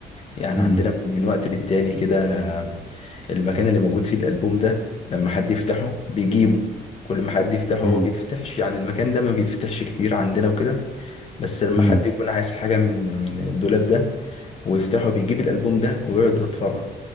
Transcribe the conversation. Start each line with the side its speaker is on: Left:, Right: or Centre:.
Left: يعني
Centre: مم.
Left: عندنا من وقت للتاني كده المكان اللي موجود فيه الالبوم ده لما حد يفتحه بيجيبه كل ما حد يفتحه
Centre: مم.
Left: هو بيتفتحش يعني المكان ده ما بيتفتحش كتير عندنا وكده بس لما
Centre: مم.
Left: حد يكون عايز حاجة من من الدولاب ده ويفتحه بيجيب الألبوم ده ويقعد نتفرج